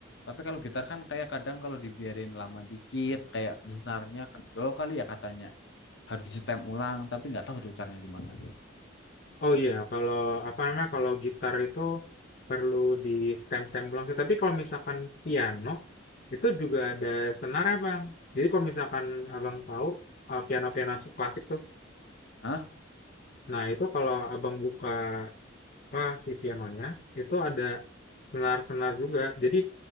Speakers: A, on the left (about 65°); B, on the left (about 45°).
A: tapi kalau gitar kan kayak kadang kalau dibiarin lama dikit kayak
B: Mm.
A: senarnya kendor kali ya katanya harus disetem ulang tapi nggak tahu tuh caranya gimana
B: Oh iya, kalau apa namanya kalau gitar itu perlu di stem-stem ulang sih. Tapi kalau misalkan piano itu juga ada senar ya, Bang. Jadi kalau misalkan Abang tahu eh, piano-piano klasik tuh.
A: Hah?
B: Nah, itu kalau Abang buka apa si pianonya itu ada senar-senar juga. Jadi